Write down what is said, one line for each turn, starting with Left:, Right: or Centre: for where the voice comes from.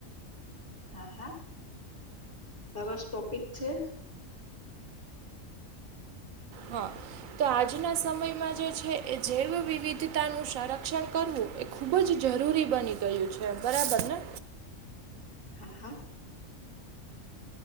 Left: હા, હા, સરસ ટોપિક છે.
Right: હા. તો આજના સમયમાં જે છે, એ જૈવ વિવિધતાનું સંરક્ષણ કરવું. ખૂબ જ જરૂરી બની ગયું છે, બરાબર ને.
Left: હા, હા.